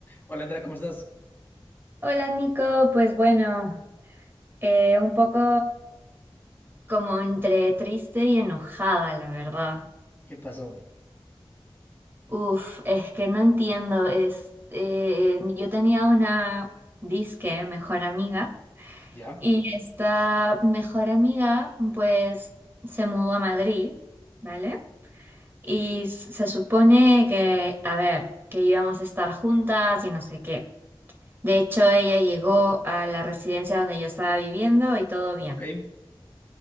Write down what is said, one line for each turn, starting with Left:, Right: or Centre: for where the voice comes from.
Left: Hola Andrea, ¿cómo estás?
Right: Hola Nico, pues bueno, eh, un poco como entre triste y enojada, la verdad.
Left: ¿Qué pasó?
Right: Uf, es que no entiendo, es, eh, yo tenía una disque mejor amiga
Left: ¿Ya?
Right: y esta mejor amiga pues se mudó a Madrid, ¿vale? Y s- se supone que, a ver, que íbamos a estar juntas y no sé qué. De hecho, ella llegó a la residencia donde yo estaba viviendo y todo bien.
Left: Ok.